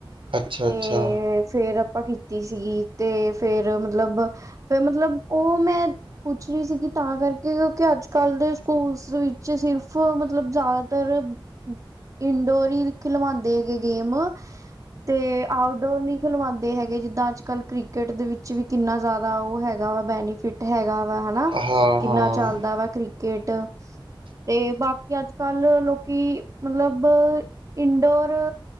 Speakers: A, on the right; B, on the right.
A: ਅੱਛਾ
B: ਤੇ
A: ਅੱਛਾ
B: ਫੇਰ ਆਪਾਂ ਕੀ ਕੀਤੀ ਸੀਗੀ ਤੇ ਫੇਰ ਮਤਲਬ ਫਿਰ ਮਤਲਬ ਉਹ ਮੈਂ ਪੁੱਛ ਰਹੀ ਸੀਗੀ ਤਾਂ ਕਰਕੇ ਕਿਉਂਕਿ ਅੱਜ-ਕੱਲ੍ਹ ਦੇ ਸਕੂਲਸ ਵਿੱਚ ਸਿਰਫ ਮਤਲਬ- ਜ਼ਿਆਦਾਤਰ ਇੰਨਡੋਰ ਈ ਖਿਲਵਾਂਦੇ ਹੈਗੇ ਗੇਮ ਤੇ ਆਊਟਡੋਰ ਨ ਖਿਲਵਾਂਦੇ ਹੈਗੇ ਜਿੱਦਾਂ ਅੱਜ-ਕੱਲ ਕ੍ਰਿ ਕਟ ਦੇ ਵਿੱਚ ਵੀ ਕਿੰਨਾ ਜਾਦਾ ਉਹ ਹੈਗਾ ਵਾ ਬੈਨੀਫਿ ਟ ਹੈਗਾ ਵਾ ਹਨਾ
A: ਹਾਂ ਹਾਂ
B: ਕਿੰਨਾ
A: ਹਾਂ
B: ਚਲਦਾ ਵਾ ਕ੍ਰਿਕਟ। ਤੇ ਬਾਕੀ ਅੱਜ-ਕੱਲ੍ਹ ਲੋਕੀ ਮਤਲਬ ਇਨਡੋਰ